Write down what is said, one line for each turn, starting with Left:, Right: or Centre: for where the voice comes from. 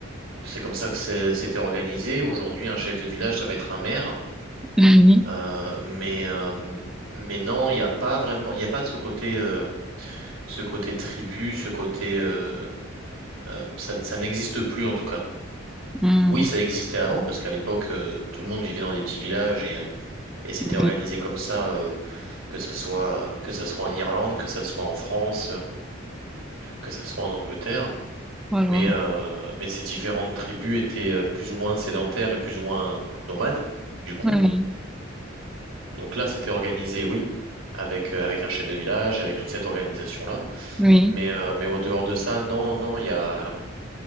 Right: c'est comme ça que c'est- c'était organisé. Aujourd'hui, un chef de village, ça va être un maire.
Centre: <laughs> Oui.
Right: Euh, mais, euh, mais non, il n'y a pas vraiment, il n'y a pas de ce côté, euh, ce côté tribu, ce côté, euh, euh, ça, ça n'existe plus en tout cas.
Centre: Mm.
Right: Oui, ça existait avant parce qu'à l'époque, euh, tout le monde vivait dans des petits villages et, euh, et c'était organisé
Centre: Oui.
Right: comme ça, euh, que ça soit, que ça soit en Irlande, que ça soit en France, euh, que ça soit en Angleterre.
Centre: Alors,
Right: Mais, euh, mais ces différentes tribus étaient euh, plus ou moins sédentaires et plus ou moins nomades, du coup.
Centre: oui.
Right: Donc là, c'était organisé, oui, avec, euh, avec un chef de village, avec toute cette organisation-là.
Centre: Oui.
Right: Mais, euh, mais au dehors de ça, non, non, non, il y a,